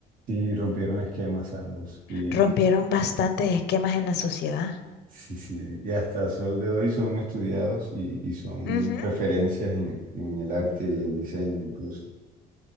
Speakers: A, on the right; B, on the left.
A: Sí, rompieron esquemas ambos. Y,
B: rompieron bastantes esquemas en la sociedad.
A: sí, sí, y hasta sol de hoy son estudiados y, y son
B: Ujú.
A: referencias en, en el arte y el diseño incluso.